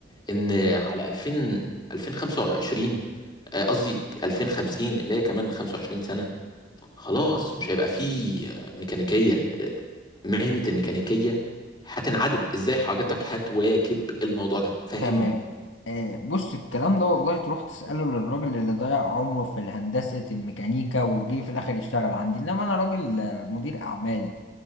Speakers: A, on the left; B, on the left.
A: ان على 2000 2025 آه، قصدي 2050 اللي هي كمان 25 سنة خلاص مش هيبقى فيه آه، ميكانيكية مهنة الميكانيكية هتنعدم ازاي حضرتك هتواكب الموضوع ده فهمني
B: تمام آه، بص الكلام ده والله تروح تسأله للراجل اللي ضيع عمره في الهندسة الميكانيكا وجه في الآخر يشتغل عندي إنما أنا راجل آه، مدير أعمال